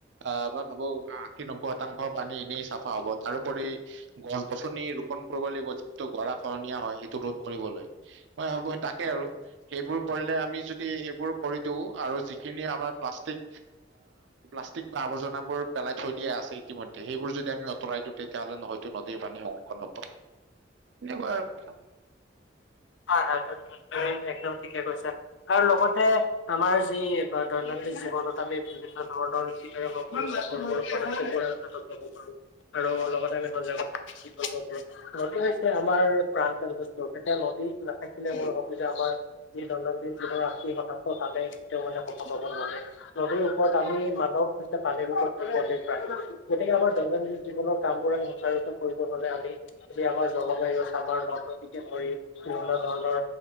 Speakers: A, on the right; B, on the left.
A: অ। ভাবো আশী, নব্বৈ শতাংশ পানী এনেই চাফা হব, তাৰোপৰি গছ-গছনি ৰোপন কৰিব লাগিব। <unintelligible> কৰণীয়া হয়, সেইটো ৰোধ কৰিবলৈ, মই ভাবো তাকে আৰু সেইবোৰ কৰিলে আমি যদি সেইবোৰ কৰি দিও আৰু যিখিনি আমাৰ। প্লাষ্টিক প্লাষ্টিক বা আৱৰ্জনাবোৰ পেলাই থৈ দিয়া আছে ইতিমধ্যে সেইবোৰ যদি আমি আঁতৰাই টুটিলে ন হয়তো নদীৰ পানী সংক্ষণ।
B: <inaudible>
A: এনেকোৱা আৰু কথা
B: হয়-হয়, একদম ঠিকে কৈছা আৰু লগতে আমাৰ যি দৈনন্দিন জীৱনত আমি বিভিন্ন ধৰণৰ কক্ষপথ হাতত লব পাৰো। আৰু লগতে আমি সজাগতা বৃদ্ধি কৰিব পাৰো নদী হৈছে আমাৰ প্ৰাণ <unintelligible> <unintelligible> বোলে সুবিধা হয়, আমাৰ যি দৈনন্দিন জীৱনৰ আশী শতাংশ মানে কেতিয়াও মানে শকত হব নোৱাৰে নদীৰ ওপৰত আমি মানৱ হৈছে পানীৰ ওপৰত প্ৰৱেশ পায় গতিকে আমাৰ দৈনন্দিন জীৱনৰ কামবোৰত। সুচাৰুচা কৰিব হলে আমি যেতিয়া আমাৰ জলবায়ু আছে আমাৰ নদ নদীকে ধৰি। বিভিন্ন ধৰণৰ